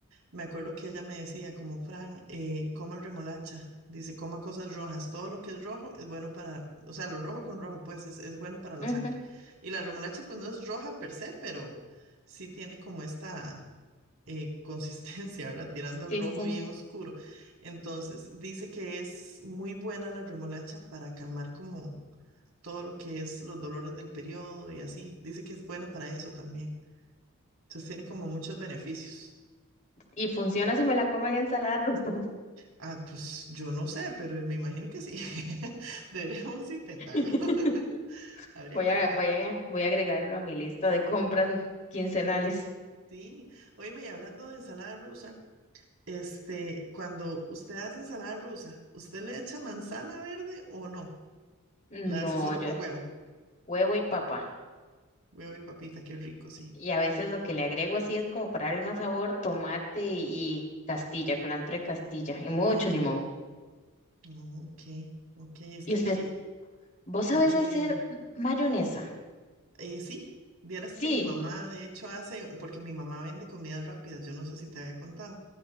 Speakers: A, on the right; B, on the left.
A: Me acuerdo que ella me decía, como Fran, eh, coma remolacha, dice, coma cosas rojas, todo lo que es rojo es bueno para, o sea, lo rojo con rojo, pues es, es bueno para la
B: Ujú,
A: sangre. Y la remolacha, pues no es roja per se, pero sí tiene como esta eh, <laughs> consistencia, ¿verdad? Tirando al
B: Sí,
A: rojo
B: sí.
A: bien oscuro. Entonces, dice que es muy buena la remolacha para calmar como todo lo que es los dolores del periodo y así. Dice que es buena para eso también. Entonces, tiene como muchos beneficios.
B: Y funciona si me la como en ensalada rusa.
A: Ah, pues yo no sé, pero me imagino que sí. <laughs> Deberíamos intentarlo.
B: <laughs>
A: <laughs> Habría
B: Voy
A: que
B: a,
A: ver.
B: voy a, voy a agregarlo a mi lista de compras quincenales.
A: Sí. Óyeme, y hablando de ensalada rusa, este, cuando usted hace ensalada rusa, ¿usted le echa manzana verde o no?
B: No,
A: La hace solo
B: yo,
A: con huevo.
B: huevo y papa.
A: Huevo y papita, qué rico, sí.
B: Y a veces lo que le agrego así es como para darle más sabor, tomate y, y castilla, culantro de castilla y mucho
A: Ujú.
B: limón.
A: Ok, ok. Es
B: Y
A: que
B: usted,
A: aquí,
B: ¿vos sabés
A: aquí.
B: hacer m- mayonesa?
A: Eh, sí, vieras
B: Sí,
A: que mi mamá, de hecho, hace, porque mi mamá vende comidas rápidas, yo no sé si te había contado.